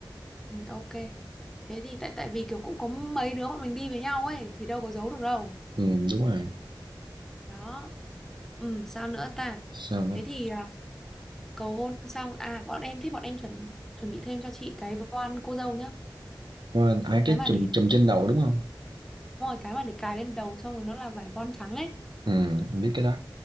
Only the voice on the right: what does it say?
Ừ, đúng rồi.
Sao nữa?
Có ai cái
chùm
chùm trên đầu đúng không?
Ừ, em biết cái đó.